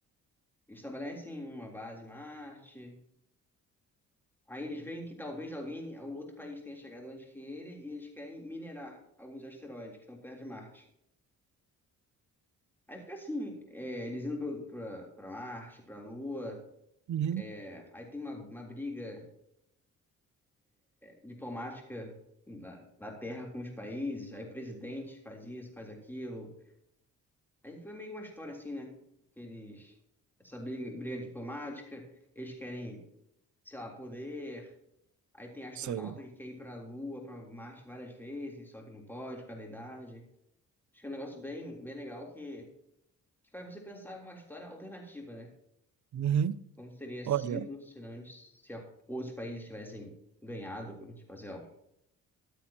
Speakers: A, in the centre; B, on the right.
A: estabelecem uma base em Marte. Aí eles veem que talvez alguém, algum outro país tenha chegado antes que ele, e eles querem minerar alguns asteroides que estão perto de Marte. Aí fica assim, é, eles indo pro- pra pra Marte, pra Lua.
B: uhum.
A: é, Aí tem uma, uma briga diplomática da, da terra com os países, aí o presidente faz isso, faz aquilo. Aí foi meio uma história assim, né? Que Eles, essa briga, briga diplomática, eles querem, sei lá, poder. Aí tem astronauta
B: Sei.
A: que quer ir pra Lua, pra Marte várias vezes, só que não pode, por causa da idade. Acho que é um negócio bem, bem legal que, que faz você pensar em uma história alternativa, né?
B: Uhum.
A: Como teria sido
B: Olha,
A: se não, se outros países tivessem ganhado, porque, tipo assim, ó,